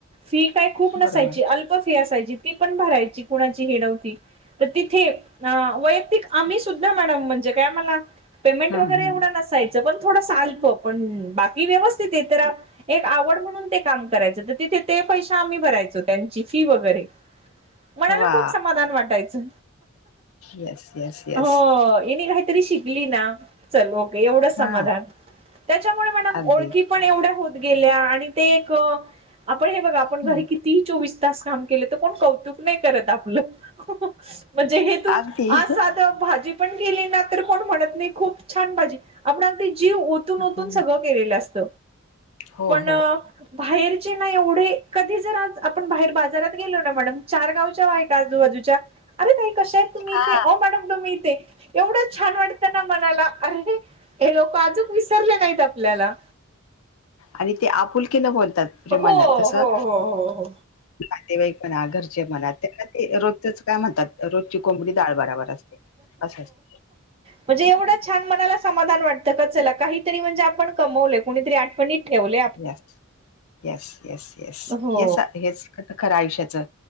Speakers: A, on the right (about 25°); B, on the left (about 80°).
A: फी काय खूप नसायची
B: बरोबर
A: अल्प फी असायची ती पण भरायची कुणाची हे नव्हती. तर तिथे अ.. वैयक्तिक आम्ही सुद्धा मॅडम म्हणजे काय आमहला पेमेंट
B: हम्म
A: वगैरे
B: हम्म
A: ऐवढ नसायच. पण थोडस अल्प पण बाकी व्यवस्थित आहे तर एक आवड म्हणून ते काम करायचं. तिथे ते पैसे आम्ही भरायचो त्यांची फी वगैरे मनाला
B: वा
A: खूप समाधान वाटायचं,
B: येस येस येस
A: हो.. ऐनीघाट ती शिकली ना चल मोकळी ऐवढच समाधान
B: हा
A: त्याचामुळे मडम
B: अगदी
A: ओळखी पण एवढ्या होत गेल्या आणि ते एक.. आपण हे बघा आपण घरी
B: हम्म
A: कि ती चोवीस तास काम केले तर कोण कौतुक नाही करत आपलं. हृ.. म्हणजे हे तू
B: अगदी
A: आज
B: हं,
A: साध भाजी आपण केली ना तर कोण म्हणत नाही खूप छान भाजी आपणगदी जीव ओतून ओतून
B: हं.
A: सगळं केलेलं असत..
B: हो
A: पण
B: हो
A: बाहेरचे ना एवढे कधी जर आज आपण बाहेर बाजारात गेलो ना मॅडम चार गावच्या बाई आजूबाजूच्या अरे ताई कशा आहेत तुम्ही
B: हा
A: इथे हो मॅडम तुम्ही इथे एवढं छान वाटतं ना मनाला अरे हे लोक आजूनच विसरले नाहीत आपल्याला
B: आणि ते आपुलकीे न बोलतात प्रेमान
A: हो हो
B: तसं
A: हो
B: नातेवाईक म्हणा घरचे म्हणा त्याना ते रोजचच काय म्हणतात रोजची कोंबडी डाळ बराबर असते. असं असतं
A: म्हणजे एवढं छान मनाला समाधान वाटतं का त्याला काही म्हणजे आपण कमव कोरी आठवणीतील ठेवलं
B: येस येस येस येस
A: हो
B: हेच हेच आता खरं आयुष्याचं